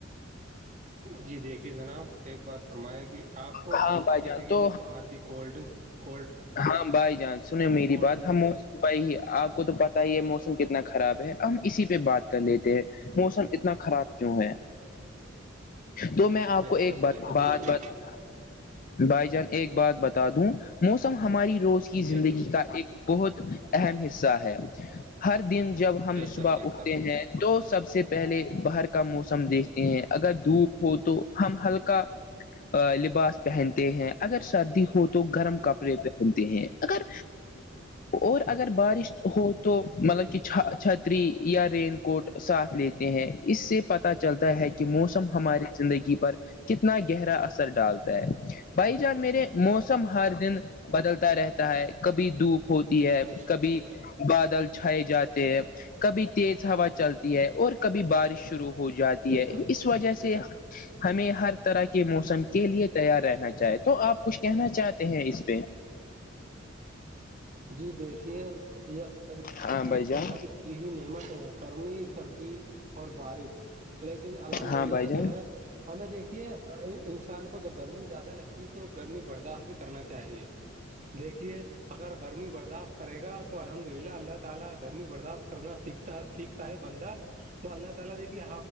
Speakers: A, on the right; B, on the left.
A: جی دیکھیے جناب ایک بات فرمایا کہ آپ کو
B: ہاں بھائی
A: جیسے
B: جان
A: کہ
B: تو
A: ہم باہر کی کولڈ ڈرنک کولڈ
B: ہاں بھائی جان سنے میری
A: کولڈ
B: بات
A: ڈرنک
B: ہم بائی آپ کو تو پتا ہی یہ موسم کتنا خراب ہے ہم اسی پہ بات کر لیتے ہیں موسم اتنا خراب کیوں ہے تو میں آپ
A: بے
B: کو
A: شک
B: ایک بات
A: بے شک
B: بات
A: دیکھیے
B: بات بھائی جان ایک بات بتا دوں موسم ہماری روز کی زندگی
A: بے شک
B: کا ایک بہت اہم حصہ ہے ہر دن جب ہم
A: بے شک
B: صبح
A: بے
B: اٹھتے
A: شک
B: ہیں تو سب سے پہلے باہر کا موسم دیکھتے ہیں اگر دھوپ ہو تو ہم ہلکا ا لباس پہنتے ہیں اگر سردی ہو تو گرم کپڑے پہنتے ہیں اگر اور اگر بارش ہو تو مطلب کہ چ چھتری یا رین کوٹ ساتھ لیتے ہیں اس سے پتا چلتا ہے کہ موسم ہماری زندگی پر کتنا گہرا اثر ڈالتا ہے بھائی جان میرے موسم ہر دن بدلتا رہتا ہے کبھی دھوپ ہوتی ہے
A: بے شک
B: کبھی بادل چھائے جاتے ہیں کبھی تیز ہوا چلتا ہے اور کبھی بارش شروع ہو جاتی
A: بے
B: ہے
A: شک
B: اس وجہ سے ہمیں ہر طرح کے موسم کے لیے تیار رہنا چاہے تو آپ کچھ کہنا چاہتے ہیں اس پہ
A: جی دیکھیے یہ قبھی کی
B: ہاں بھائی جان
A: دی دی ہوئی نعمت ہیں گرمی سردی اور بارش لیکن الحمد
B: ہاں
A: للہ
B: بھائی جان
A: جو ہے ہمیں دیکھیے انسان کو کو جب گرمی زیادہ لگتی ہے تو گرمی برداشت بھی کرنا چاہیے دیکھیے اگر گرمی برداشت کرے گا تو الحمد للہ اللہ تعالی گرمی برداشت کرنا سیکھتا سیکھتا ہے بندہ تو اللہ تعالی دیکھیے